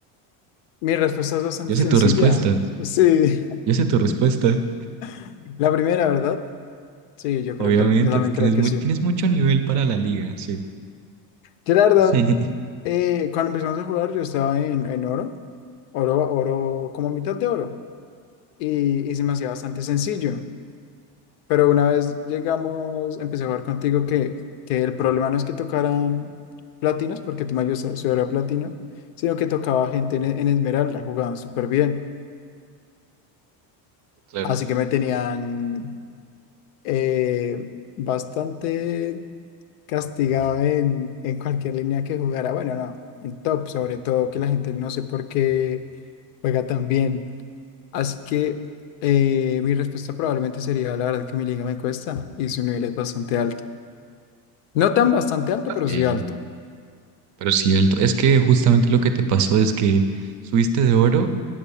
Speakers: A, on the left; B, on the right.
A: Mi respuesta es bastante
B: Yo sé
A: sencilla.
B: tu respuesta,
A: Sí,
B: yo sé tu respuesta.
A: <laughs> la primera, ¿verdad? Sí, yo creo
B: Obviamente,
A: que yo también
B: tú tienes
A: creo que
B: muy,
A: sí.
B: tienes mucho nivel para la liga, sí.
A: Yo la verdad
B: <laughs>
A: Eh, cuando empezamos a jugar, yo estaba en, en oro, oro, oro, como mitad de oro, y, y se me hacía bastante sencillo. Pero una vez llegamos, empecé a jugar contigo que, que el problema no es que tocaran platinos, porque tú me ayudas a subir a platino, sino que tocaba gente en, en esmeralda, jugaban súper bien.
B: Claro.
A: Así que me tenían eh, bastante castigado en, en cualquier línea que jugara. Bueno, no, en top, sobre todo, que la gente no sé por qué juega tan bien. Así que eh, mi respuesta probablemente sería, la verdad que mi liga me cuesta y su nivel es bastante alto. No tan bastante alto, pero
B: Sí,
A: sí alto.
B: pero sí, el to- es que justamente lo que te pasó es que subiste de oro